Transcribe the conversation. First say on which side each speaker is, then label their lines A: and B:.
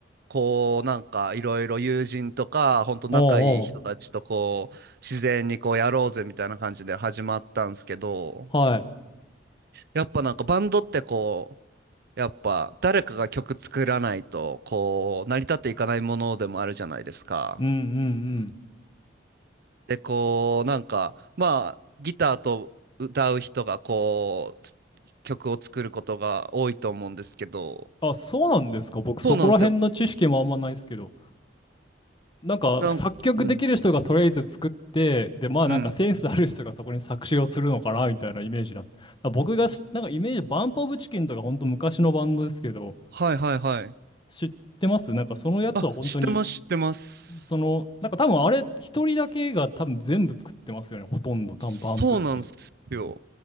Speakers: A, on the right (about 55°); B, on the left (about 25°).
A: こう、なんかいろいろ友人とか、ほんと仲いい人たちとこう、
B: <clears throat> おう
A: 自然にこうやろうぜみたいな感じで始まったんですけど、
B: おう、はい。
A: やっぱなんかバンドってこう、やっぱ誰かが曲作らないとこう成り立っていかないものでもあるじゃないですか。
B: うんうんうん。
A: で、こうなんかまあギターと歌う人がこうつ曲を作ることが多いと思うんですけど、
B: あ、そうなんですか。僕、そこら辺の知識もあんまないですけど。
A: そうなんですよ。
B: なんか、
A: なん、
B: 作曲できる人がとりあえず作って、
A: うん、
B: で、まあ、
A: うん。
B: なんかセンスある人がそこに作詞をするのかな、みたいなイメージだった。だから僕がし、なんかイメージ、バンプオブチキンとか、ほんと昔のバンドですけど、
A: はいはいはい。
B: 知ってますなんかそのやつは本当に、
A: あ、知ってます知ってます。
B: しその、なんか多分あれ、一人だけが多分全部作ってますよね。ほとんど、多分バンプって。
A: そうなんですよ。